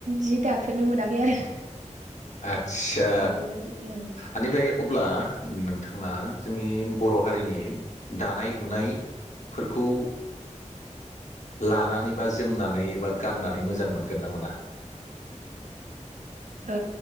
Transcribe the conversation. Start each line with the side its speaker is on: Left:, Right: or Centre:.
Right: जि दाफेरनो मोनाखै आरो
Left: आदसा
Right: बेबायदि ओं।
Left: आनिफ्राय अब्ला नोंथाङा जोंनि बर' हारिनि दानाय लुनाय फोरखौ लानानै बा जोमनानै बा गाननानै मोजां मोनगोनना मोना <inaudible>
Right: ओ